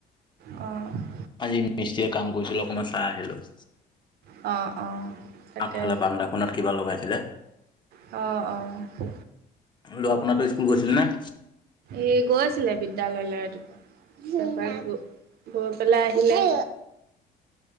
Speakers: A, on the right; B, on the left.
A: অ',
B: আজি মিস্ত্ৰীয়ে কাম কৰিছিলে, অকমান চাই আহিলোঁ।
A: অ', অ', তাকে
B: আগফালে বান্দাখনত কিবা লগাইছিলে।
A: অ', অ',
B: ল'ৰা পোনাতো স্কুল গৈছিল নে?
A: এ গৈছিলে বিদ্যালয়লৈ ৰাতিপুৱা। গৈ পেলাই আহিলে।